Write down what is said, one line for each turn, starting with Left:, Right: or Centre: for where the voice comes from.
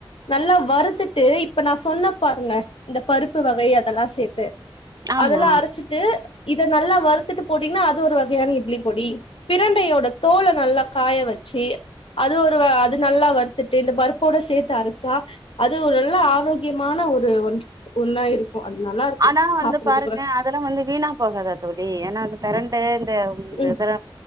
Left: நல்லா வருத்து த்து இப்ப நா சொன்ன பாருங்கள இந்த பருப்பு வகை அதெல்லா சேர் த்து
Right: ஆமா
Left: அதெல்லா அரைச்சிட்டு இத நல்லா வருத் த்துட்டு போட்டிங்கனா அது அது ஒரு வகையான இட்லி பொடி பிரண்டையோட தோல நல்லா காய வச்சு அது ஒரு அது நல்லா வறுத்துட்டு இந்த பருப்போட சேத்து அரைச்சா அது ஒரு நல்ல ஆரோக்கியமான ஒரு ஒ ஒன்னா இருக்கு அது நல்லா இருக்கு
Right: ஆனா வந்து
Left: சாப்புட்றதுக்கூட
Right: பாருங்க அதெல்லா வந்து வீணா போகாதா தோழி ஏன்னா அது பெரண் டா தம்
Left: ம்
Right: எதற